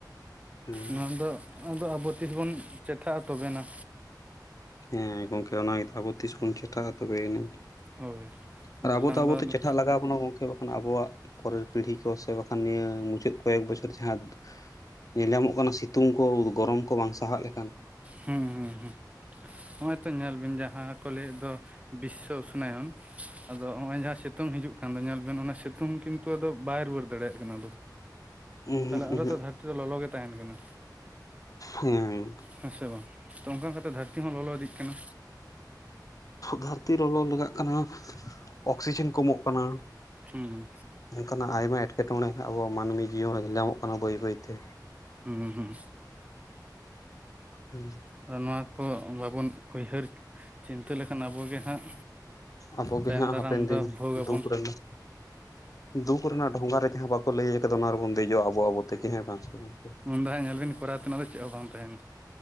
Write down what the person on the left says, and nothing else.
ᱦᱮᱸ
ᱦᱮᱸ ᱜᱚᱢᱠᱮ ᱚᱱᱟᱜᱮᱛᱚ ᱟᱵᱚ ᱛᱤᱥ ᱵᱚᱱ ᱪᱮᱴᱷᱟᱜᱼᱟ ᱛᱚᱵᱮ ᱟᱹᱱᱤᱹᱧ᱾
ᱟᱨ
ᱟᱵᱚ ᱫᱚ ᱟᱵᱚ ᱛᱮ
ᱪᱮᱴᱟᱜ ᱞᱟᱜᱟᱣ ᱵᱚᱱᱟ ᱜᱚᱝᱠᱮ᱾ ᱦᱮᱸ ᱵᱟᱠᱷᱟᱱ ᱟᱵᱚᱣᱟᱜ ᱯᱚᱨᱮᱨ ᱯᱤᱲᱦᱤ ᱠᱚ ᱥᱮ ᱵᱟᱠᱷᱟᱱ ᱱᱤᱭᱟᱹ ᱢᱩᱪᱟᱹᱫ ᱠᱚᱭᱮᱠ ᱵᱚᱪᱷᱚᱨ ᱡᱟᱦᱟᱸ ᱧᱮᱞ ᱧᱟᱢᱚᱜ ᱠᱟᱱᱟ ᱥᱤᱛᱩᱝ ᱠᱚ, ᱜᱚᱨᱚᱢ ᱠᱚ ᱵᱟᱝ ᱥᱟᱦᱟᱜ ᱞᱮ᱾
ᱩᱸᱦᱩᱜ
ᱩᱸᱦᱩᱜ
ᱦᱮᱸ᱾
ᱫᱷᱟᱹᱨᱛᱤ ᱞᱚᱞᱚ ᱞᱟᱜᱟᱜ ᱠᱟᱱᱟ᱾ ᱚᱠᱥᱤᱡᱮᱱ ᱠᱚᱢᱚᱜ ᱠᱟᱱᱟ᱾
ᱚᱱᱠᱟᱱᱟᱜ ᱟᱭᱢᱟ ᱮᱴᱠᱮᱴᱚᱬᱮᱸ ᱟᱵᱚᱣᱟᱜ ᱢᱟᱹᱱᱢᱤ ᱡᱤᱭᱚᱱ ᱨᱮ ᱧᱮᱞ ᱧᱟᱢᱚᱜ ᱠᱟᱱᱟ ᱵᱟᱹᱭ ᱵᱟᱹᱭᱛᱮ᱾
ᱦᱩᱸ᱾
ᱟᱵᱚᱜᱮ
ᱦᱟᱸᱜ
ᱦᱟᱯᱮᱱ ᱫᱤᱱ
ᱫᱩᱠ ᱨᱮᱱᱟᱜ ᱫᱩᱠ ᱨᱮᱱᱟᱜ ᱰᱷᱚᱸᱜᱟ ᱨᱮ ᱡᱟᱦᱟᱸ ᱵᱟᱠᱚ ᱞᱟᱹᱭ ᱟᱠᱟᱫᱟ ᱚᱱᱟ ᱨᱮᱵᱚᱱ ᱫᱮᱡᱚᱜᱼᱟ ᱟᱵᱚ᱾ ᱟᱵᱚ ᱟᱵᱚ ᱛᱮᱜᱮ ᱦᱮᱸ ᱵᱟᱝᱥᱮ ᱜᱚᱝᱠᱮ᱾